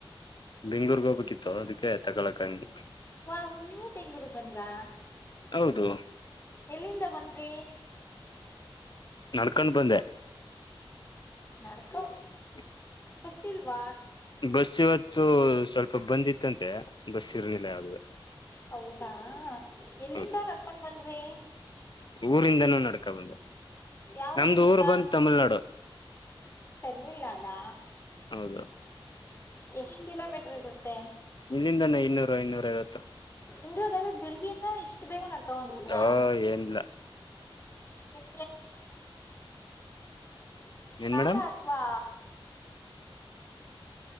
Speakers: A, on the left; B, on the left.
A: ಬೆಂಗ್ಳೂರ್ಗ್ ಹೋಗ್ಬೇಕಿತ್ತು ಅದಕ್ಕೆ ತಗೊಳಕಂಡ
B: ವಾ ನೀವು ಬೆಂಗ್ಳೂರ್ಗ್ ಬಂದ್ರಾ
A: ಹೌದು
B: ಎಲ್ಲಿಂದ ಬನ್ರಿ
A: ನಡ್ಕೊಂಡು ಬಂದೆ
B: ನಡಕ
A: ಹ
B: ಫಸೀಲ್ವಾ
A: ಬಸ್ ಇವತ್ತು ಸ್ವಲ್ಪ ಬಂದ್ತ್ತಂತೆ ಬಸ್ ಇರಲಿಲ್ಲ ಯಾದ
B: ಹೌದಾ ಎಲ್ಲಿಂದ
A: ಹೌದು
B: ನಡ್ಕೊಂಡ್ ಬಂದ್ರಿ
A: ಊರಿಂದನೂ ನಡ್ಕಬಂದ
B: ಯಾವ
A: ನಮ್ದು
B: ಊರಿಂದ
A: ಊರ್ ಬಂದ್ ತಮಿಳ್ನಾಡು
B: ತಮಿಳ್ನಾಡಾ
A: ಹೌದಾ
B: ಎಷ್ಟ್ ಕಿಲೋಮೀಟರ್ ಇರುತ್ತೆ
A: ನಿಲ್ಲಿಂದಾನೇ ಇನ್ನೂರು ಇನ್ನೂರ ಐವತ್ತು
B: ಇದಾವ ಬೆಳಗಿಂದ ಇಷ್ಟು ಬೇಗ ನಡ್ತಾವ ಬಂದ್ಬಿಟ್ರ
A: ಆ ಏನಿಲ್ಲ
B: ಪ್ರ
A: ಏನ್
B: ಕಾಲ
A: ಮೇಡಮ್
B: ಅಥವಾ